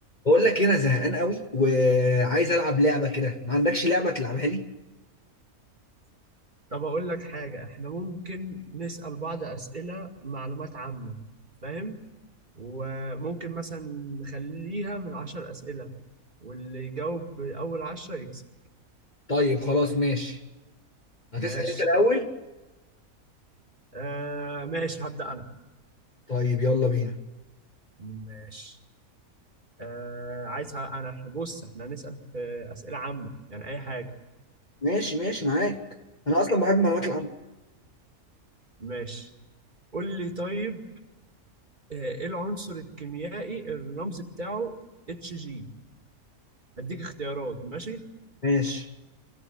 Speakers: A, on the left; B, on the right.
A: بقول لك إيه، انا زهقان قوي وعايز العب لعبه كده ما عندكش لعبه تلعبها لي
B: طب أقول لك حاجة إحنا ممكن نسأل بعض أسئلة معلومات عامة فاهم وممكن مثلا نخليها من عشر أسئلة واللي يجاوب أول عشرة يكسب
A: طيب خلاص ماشي هتسال
B: ماشي
A: انت الاول
B: آه ماشي هبدأ أنا
A: طيب يلا بينا
B: ماشي آه عايز ه- أنا إحنا بص إحنا هنسأل في أسئلة عامة يعني أي حاجة
A: ماشي ماشي معاك انا اصلا بحب المعلومات العامه
B: ماشي قول لي طيب آه، إيه العنصر الكيميائي الرمز بتاعه اتش جي هديك اختيارات ماشي
A: ماشي